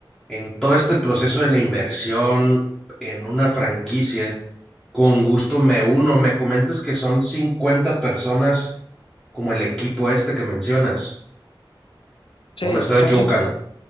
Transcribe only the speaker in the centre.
en todo este proceso de la inversión en una franquicia, con gusto me uno, me comentas que son 50 personas como el equipo este que mencionas,
o me estoy
equivocando.